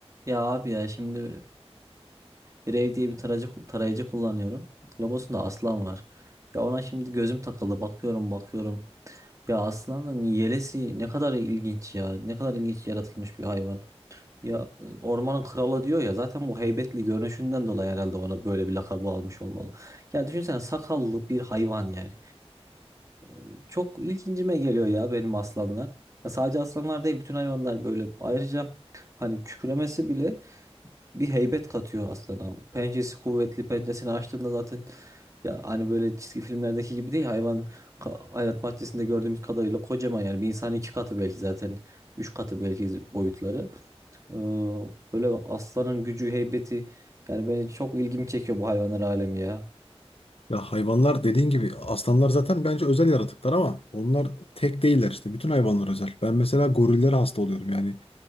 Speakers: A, on the right; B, on the left.
A: Ya abi ya şimdi e, bir ev diye bir tarayıcı, tarayıcı kullanıyorum. Logosunda aslan var. Ya ona şimdi gözüm takıldı. Bakıyorum bakıyorum. Ya aslanın yelesi ne kadar ilginç ya. Ne kadar ilginç yaratılmış bir hayvan. Ya e, ormanın kralı diyor ya zaten bu heybetli görünüşünden dolayı herhalde ona böyle bir lakabı almış olmalı. Ya düşünsene sakallı bir hayvan yani. E, çok ilgincime geliyor ya benim aslanlar. Ya sadece aslanlar değil bütün hayvanlar böyle. Ayrıca Hani kükremesi bile bir heybet katıyor aslana. Pençesi kuvvetli, pençesini açtığında zaten ya hani böyle çizgi filmlerdeki gibi değil hayvan ka- hayvanat bahçesinde gördüğümüz kadarıyla kocaman yani bir insanın iki katı belki zaten üç katı belki boyutları. Ee, böyle aslanın gücü, heybeti yani beni çok ilgimi çekiyor bu hayvanlar alemi ya.
B: Ya hayvanlar dediğin gibi aslanlar zaten bence özel yaratıklar ama onlar tek değiller işte. Bütün hayvanlar özel. Ben mesela gorillere hasta oluyorum yani.